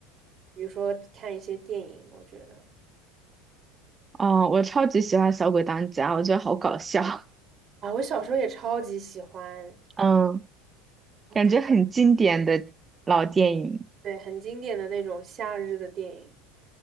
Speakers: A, on the right; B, on the right.
A: 比如说看一些电影，我觉得
B: 哦，我超级喜欢《小鬼当家》，我觉得好搞笑，
A: 啊，我小时候也超级喜欢，
B: 嗯，
A: 我看，
B: 感觉很经典的老电影，
A: 对，很经典的那种夏日的电影。